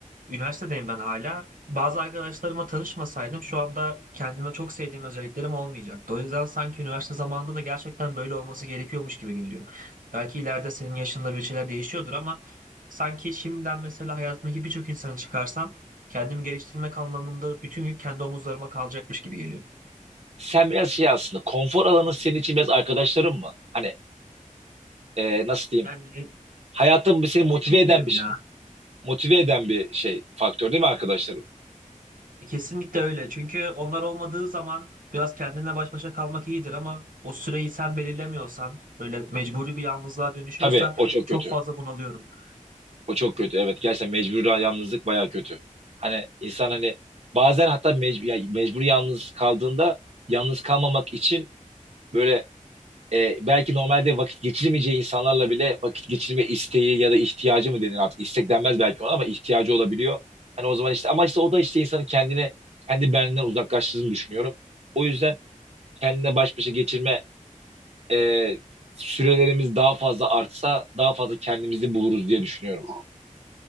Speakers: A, on the right; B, on the right.
A: Üniversitedeyim ben hala. Bazı arkadaşlarıma tanışmasaydım şu anda kendime çok sevdiğim özelliklerim olmayacaktı. O yüzden sanki üniversite zamanında da gerçekten böyle olması gerekiyormuş gibi geliyor. Belki ileride senin yaşında bir şeyler değişiyordur ama sanki şimdiden mesela hayatımdaki birçok insanı çıkarsam kendimi geliştirmek anlamında bütün yük kendi omuzlarıma kalacakmış gibi geliyor.
B: Sen biraz şey aslında konfor alanın senin için biraz arkadaşların mı? Hani e, nasıl diyeyim?
A: Yani
B: Hayatın seni
A: evet
B: motive
A: diyebilirim
B: eden bir şey,
A: ya.
B: motive eden bir şey faktör değil mi arkadaşlarım?
A: Kesinlikle öyle. Çünkü onlar olmadığı zaman biraz kendinle baş başa kalmak iyidir ama o süreyi sen belirlemiyorsan, böyle mecburi bir yalnızlığa dönüşüyorsa
B: Tabii o çok
A: çok
B: kötü.
A: fazla bunalıyorum.
B: O çok kötü evet. Gerçekten mecbur yalnızlık baya kötü. Hani insan hani bazen hatta mecbur, ya mecbur yalnız kaldığında yalnız kalmamak için böyle e, belki normalde vakit geçirmeyeceği insanlarla bile vakit geçirme isteği ya da ihtiyacı mı denir artık istek denmez belki ona ama ihtiyacı olabiliyor. Hani o zaman işte ama işte o da işte insanın kendini kendi benliğinden uzaklaştığını düşünüyorum. O yüzden kendine baş başa geçirme e, sürelerimiz daha fazla artsa daha fazla kendimizi buluruz diye düşünüyorum.